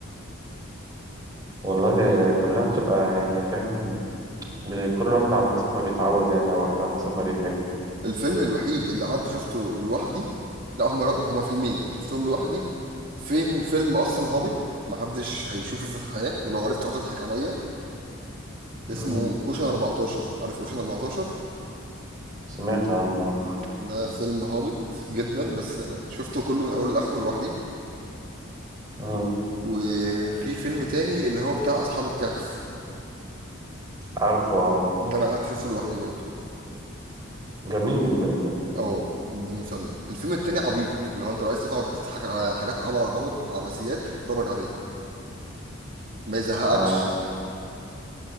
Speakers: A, on the right; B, on the right.
A: والله هي كلها بتبقى يعني فاهم ب- كل واحد على حسب ما بيتعود يعني او على حسب ما بيحب
B: الفيلم الوحيد اللي قعدت شفته لوحدي لا هما هما فيلمين شفتهم لوحدي فيهم فيلم اصلا هابط محدش هيشوفه في الحياة ولو عرفته هتضحك عليا
A: امم
B: اسمه اوشن 14 عارف اوشن 14
A: سمعت عنه
B: ده فيلم هابط جدا بس يعني شفته كله من اوله لاخره لوحدي
A: امم
B: وفي فيلم تاني اللي هو بتاع اصحاب الكهف
A: عارفه اه
B: ده انا قعدت شفته لوحدي برضه
A: جميل الفيلم ده
B: اه الفيلم ده مسلي الفيلم التاني عبيط لو انت لو عايز تقعد تضحك على حاجات عبط عبط عبثيات اتفرج عليه ما يزهقكش
A: اه